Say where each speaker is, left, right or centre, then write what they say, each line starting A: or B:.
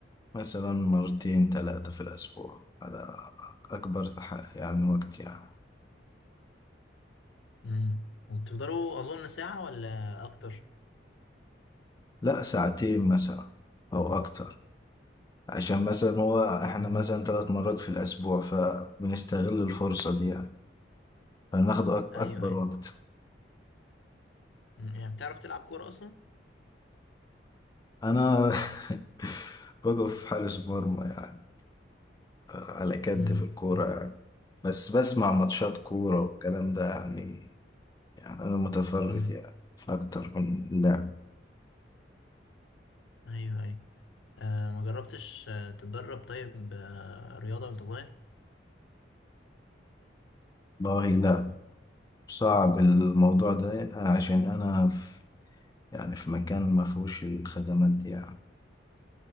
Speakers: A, on the left (about 20°); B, on the left (about 85°).
A: مثلا مرتين ثلاثة في الأسبوع على أكبر تح- يعني وقت يعني
B: امم وبتفضلوا أظن ساعة ولا أكتر
A: لا ساعتين مثلا أو أكتر عشان مثلا هو إحنا
B: امم
A: مثلا ثلاث مرات في الأسبوع فبنستغل الفرصة دي يعني فناخد أك-
B: أيوه
A: أكبر
B: أيوه
A: وقت
B: مم. يعني بتعرف تلعب كورة أصلا
A: أنا <laughs> بقف حارس مرمى يعني على كد
B: امم
A: في الكورة يعني بس بسمع ماتشات كورة والكلام ده يعني يعني أنا متفرج
B: أمم.
A: يعني أكتر من اللعب
B: ايوه ايوه آه ما جربتش آه تتدرب طيب آه رياضة وانت صغير
A: والله لا صعب الموضوع ده عشان أنا في يعني في مكان ما فيهوش الخدمات دي يعني